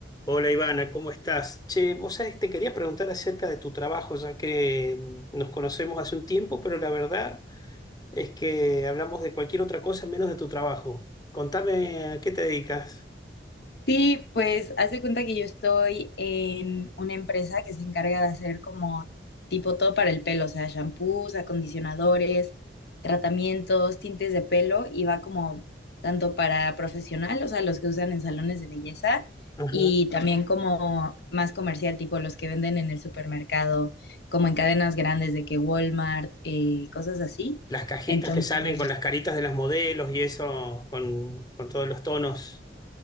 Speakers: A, on the left; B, on the left.
A: Hola Ivana, ¿cómo estás? Che, vos sabés, te quería preguntar acerca de tu trabajo, ya que mm, nos conocemos hace un tiempo, pero la verdad es que hablamos de cualquier otra cosa menos de tu trabajo. Contame a qué te dedicas.
B: Sí, pues hace cuenta que yo estoy en una empresa que se encarga de hacer como tipo todo para el pelo, o sea, shampoos, acondicionadores, tratamientos, tintes de pelo y va como tanto para profesional, o sea, los que usan en salones de belleza
A: Ajá.
B: y también como más comercial, tipo los que venden en el supermercado, como en cadenas grandes de que Walmart, eh, cosas así.
A: Las cajitas
B: Entonces,
A: que salen con las caritas de las modelos y eso, con, con todos los tonos.